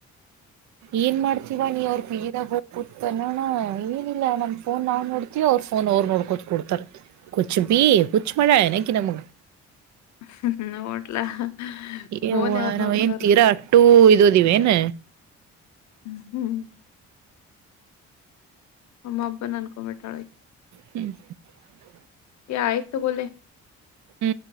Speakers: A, on the left; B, on the right.
A: <inaudible>
B: ಏನ್ ಮಾಡ್ತೀವ ನೀ ಅವ್ರ ಬದಾಗ ಹೋಗಿ ಕತ್ನ್ನೋಣ ಏನಿಲ್ಲ ನಮ್ ಫೋನ್ ನಾ ನೋಡ್ತೀವ ಅವ್ರ ಫೋನ್ ನೋರ್ ನೋಡ್ಕೋ ಕುಡ್ತಾರೆ ಕುಚ್ ಬಿ ಕುಚ್ ಮಳೆ ಏನಕ ನಮ್ಗ
A: ಹ್ಮ ನೋಡ್ಲಾ
B: ಏ
A: ಫೋನ್
B: ಹ್ವ
A: ಯಾರ್
B: ನಾವ್
A: ನೋಡ್ತಾರ
B: ಏನ್ ತೀರಾ ಅಟ್ಟೂ ಇದೋದಿವ ಏನ್
A: ಹ್ಮ ಹ್ಮ್ ಅಮ್ಮ ಅಬ್ಬಾ ನನ್ಕೊಂಬಟಾಳ
B: ಹ
A: ಯ ಆಯತಗಲೆ
B: ಹ್ಮ್